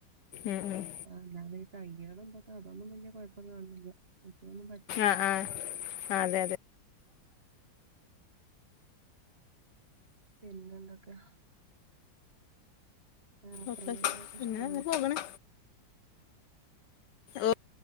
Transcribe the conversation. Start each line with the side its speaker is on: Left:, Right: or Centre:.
Left: ഉം ഉം
Right: ആഹ് ഞാന് ഈ തയ്യാളും ഇതൊക്കെ അതൊന്നും വലിയ കുഴപ്പം കാണുന്നില്ല മറ്റേന്നും
Left: ആഹ് ആഹ് അതെ അതെ
Right: പിന്നെന്തൊക്കെ യാത്രകളെന്തൊക്കെ
Left: ഓക്കെ പിന്നെ
Right: ഇഷ്ടണോ
Left: അങ്ങനെ പോകണ്
Right: ഹ
Left: ഓ